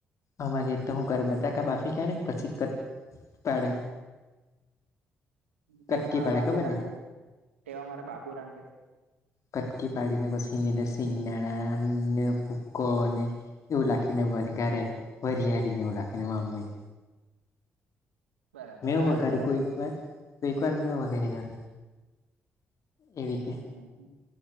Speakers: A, on the left (about 55°); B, on the right (about 85°).
A: અમાં ગ તો હુ ઘર બતાાકા બાફી કાઢે ને પછી કટ પાડે
B: તેવું
A: કટકી
B: મારા
A: પાડે
B: બાપુ
A: ખબર
B: રાઠે
A: ને
B: તેવ મારા બાપુ રાઠે
A: કટકી પાડીને પછી ટ સિંગદાણા ને ભૂકો અને એવ લખીને બને ગારે વારિયારીનેવ લખીનેમાં અમમે
B: બરાબર
A: મેંવ ઘર
B: બરાબર
A: કોઈ વાર સ્કર્મ વગેરેું એ રીતે
B: હમ્મ